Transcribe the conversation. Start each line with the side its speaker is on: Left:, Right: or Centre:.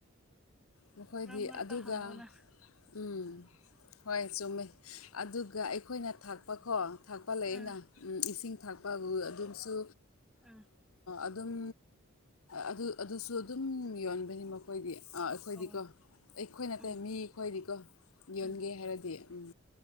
Left: ꯃꯈꯣꯏꯗꯤ
Centre: ꯃꯔꯛ ꯃꯔꯛꯇ
Left: ꯑꯗꯨꯒ
Centre: ꯍꯪꯉꯣꯅ
Left: ꯎꯝ ꯍꯣꯏ ꯆꯨꯝꯃꯦ ꯑꯗꯨꯒ ꯑꯩꯈꯣꯏꯅ ꯊꯥꯛꯄꯈꯣ ꯊꯥꯛꯄ ꯂꯩ
Centre: ꯑꯥ
Left: ꯑꯅ ꯏꯁꯤꯡ ꯊꯥꯛꯄꯕꯨ ꯑꯗꯨꯝꯁꯨ
Centre: ꯑꯥ
Left: ꯑꯗꯨꯝ ꯑꯗꯨ ꯑꯗꯨꯁꯨ ꯑꯗꯨꯝ ꯌꯣꯟꯕꯅꯤ ꯃꯈꯣꯏꯗꯤ ꯑꯩꯈꯣꯏꯗꯤꯀꯣ
Centre: ꯑꯣ
Left: ꯑꯩꯈꯣꯏ ꯅꯠꯇꯦ
Centre: ꯎꯝ
Left: ꯃꯤꯈꯣꯏꯗꯤꯀꯣ ꯌꯣꯟꯒꯦ
Centre: ꯎꯝ
Left: ꯍꯥꯏꯔꯗꯤ ꯎꯝ